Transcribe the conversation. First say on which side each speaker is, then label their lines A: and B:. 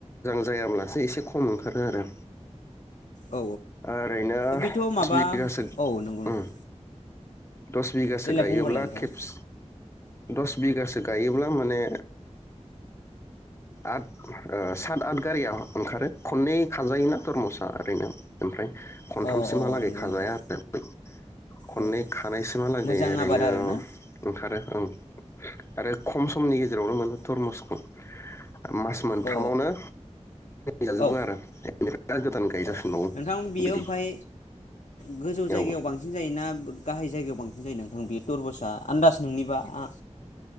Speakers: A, on the left; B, on the left.
A: जायाब्ला से एसे खम ओंखारो आरो
B: औ
A: ओरैनो
B: बेथ' माबा
A: दस बिगासो
B: औ नंगौ नोंथां
A: ओ दस बिगासो
B: देलाय
A: गायोब्ला
B: बुंग्रोलाय नोंथां
A: खेबस दस बिगासो गायोब्ला माने आद सात आथ गारिया ओंखारो खननै खाजायोना थरम'सा ओरैनो ओमफ्राय। खनथामसिमहालागै
B: अ अ नंगौ
A: खाजाया
B: नोंथां
A: आरो खननै
B: औ
A: खानायसिमहालागै
B: मोजां
A: ओरैनो
B: आबाद आरोना
A: ओंखारो ओं आरो खम समनि गेजेरावनो मोनो थरमुसखौ मास मोनथामावनो।
B: अ
A: जाजोबो
B: औ
A: आरो बेनिफ्राय गोदान गायजाफिनबावो
B: औ नोंथां बियो
A: बिदि।
B: ओमफ्राय गोजौ जायगायाव
A: औ
B: बांसिन जायोना। गाहाय जायगायाव बांसिन जायो नोंथां बे। थरबसा आन्दाज नोंनिबा आ